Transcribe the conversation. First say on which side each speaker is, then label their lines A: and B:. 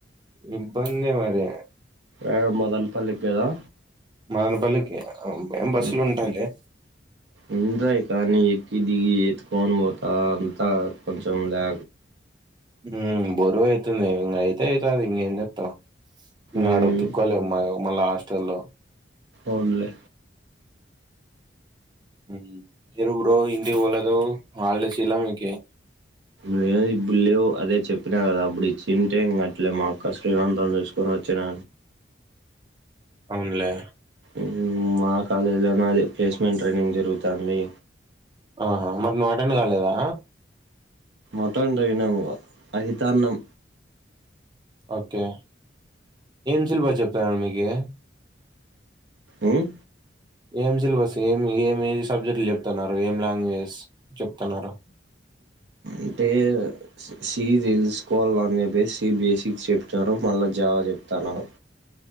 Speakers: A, on the right (about 25°); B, on the right (about 70°).
A: ఇబ్బందే మళ్ళీ
B: ఆ మదనపల్లికి కదా
A: మదనపల్లికి అం అం బస్సులుంటాయి
B: ఉ-
A: లే
B: ఉంటాయి కానీ ఎక్కి దిగి ఎత్తుకొని పోతా అంతా కొంచెం లా
A: ఉమ్ బరువు ఐతుంది ఇంగ అయితే ఐతాది ఇంగ ఏం చేత్తాం ఇంగ
B: ఉమ్
A: ఆడ ఉతుక్కోలేం మ మళ్ళ హాస్టల్లో
B: అవునులే
A: ఉమ్ మీరు బ్రో ఇంటికి పోలేదు హాలీడేస్ ఈలా మీకి
B: లేదు ఇప్పుడు లేవు అదే చెప్పినా కదా అప్పుడు ఇచ్చింటే ఇంక అట్లే మా అక్క శ్రీమంతం చూసుకొని వచ్చినా
A: అవునులే
B: ఊ మా కాలేజీలోనే అదే ప్లేస్మెంట్ ట్రైనింగ్ జరుగుతాంది
A: ఆహా మరి నువ్వు అటెండ్ కాలేదా
B: అటెండ్ అయినాం లే అహితాన్నం
A: ఓకే ఏం సిలబస్ చెప్తారు మీకి
B: ఉమ్
A: ఏం సిలబస్ ఏమి ఏమి సబ్జెక్టులు చెప్తన్నారు ఏం లాంగ్వేజస్ చెప్తన్నారు
B: అంటే సి తెలుసుకోవాలనే బేస్ సి బేసిక్స్ చెప్తారు మళ్ళ జావా చెప్తానారు